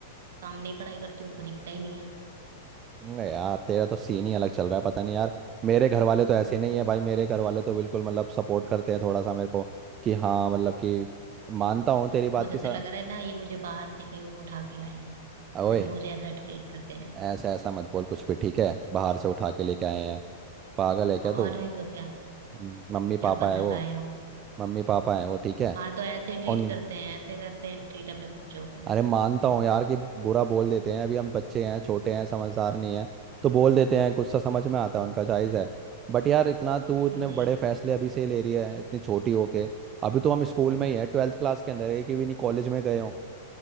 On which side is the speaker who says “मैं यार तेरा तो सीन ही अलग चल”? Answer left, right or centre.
Right